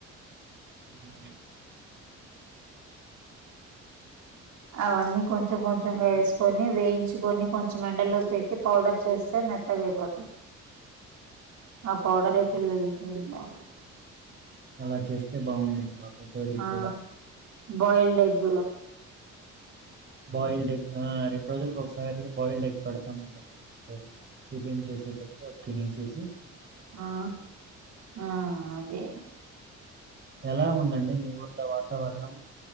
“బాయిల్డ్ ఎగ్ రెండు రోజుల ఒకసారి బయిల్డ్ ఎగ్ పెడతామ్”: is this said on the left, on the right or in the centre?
Right